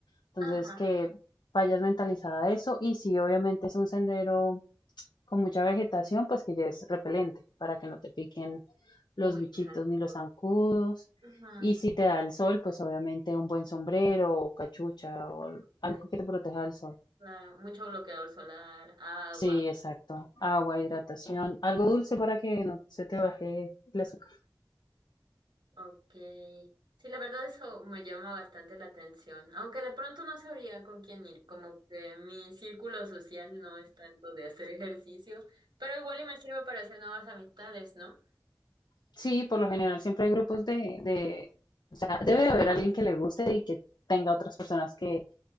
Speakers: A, on the left; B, on the right.
A: Entonces
B: Ajá.
A: que vayas mentalizada a eso y si obviamente es un sendero con mucha vegetación, pues que lleves repelente para que no te piquen los
B: Uy,
A: bichitos
B: los zancudos.
A: ni los zancudos.
B: Ujú,
A: Y si te da el sol, pues obviamente un buen sombrero o cachucha o
B: ok,
A: algo que te proteja del sol.
B: claro, mucho bloqueador solar, agua.
A: Sí, exacto. Agua, hidratación, algo dulce para que no se te baje el azúcar.
B: Ok. Sí, la verdad eso me llama bastante la atención, aunque de pronto no sabría con quién ir, como que mi círculo social no es tanto de hacer ejercicio, pero igual y me sirve para hacer nuevas amistades, ¿no?
A: Sí, por lo general siempre hay grupos de, de, o sea, debe de haber alguien que le guste y que tenga otras personas que,